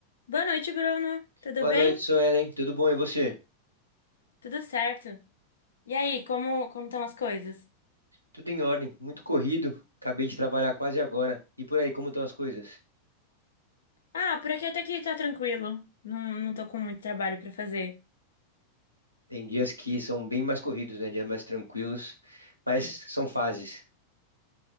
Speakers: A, on the left (about 65°); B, on the right (about 85°).
A: Boa noite, Bruno. Tudo
B: Boa
A: bem?
B: noite, Suelen. Tudo bom e você?
A: Tudo certo. E aí, como como estão as coisas?
B: Tudo em ordem, muito corrido. Acabei de trabalhar quase agora. E por aí, como estão as coisas?
A: Ah, por aqui até que tá tranquilo. Não, não tô com muito trabalho pra fazer.
B: Tem dias que são bem mais corridos, né? Dias mais tranquilos, mas são fases.